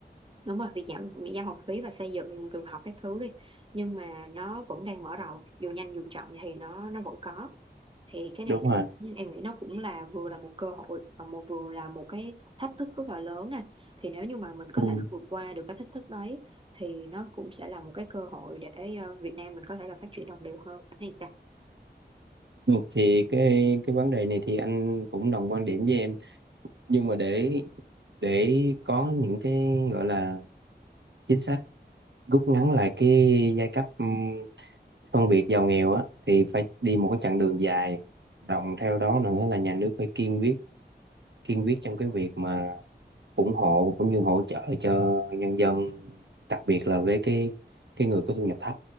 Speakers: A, on the right; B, on the right.
A: đúng rồi việc giảm miễn giảm học phí và xây dựng trường học các thứ đi nhưng mà nó vẫn đang mở rộng dù nhanh dù chậm thì nó nó vẫn có thì cái này
B: đúng rồi
A: nhưng em nghĩ nó cũng là vừa là một cơ hội và một vừa là một cái thách thức rất là lớn nè thì nếu như mà mình có
B: ừ.
A: thể vượt qua được cái thách thức đấy thì nó cũng sẽ là một cái cơ hội để ờ, Việt Nam mình có thể là phát triển đồng đều hơn Anh thấy sao
B: Ừ. thì cái cái vấn đề này thì anh cũng đồng quan điểm với em nhưng mà để để có những cái gọi là chính sách rút ngắn lại cái giai cấp ừ, phân biệt giàu nghèo á thì phải đi một cái chặng đường dài đồng theo đó nữa là nhà nước phải kiên quyết kiên quyết trong cái việc mà ủng hộ cũng như hỗ trợ cho nhân dân đặc biệt là với cái cái người có thu nhập thấp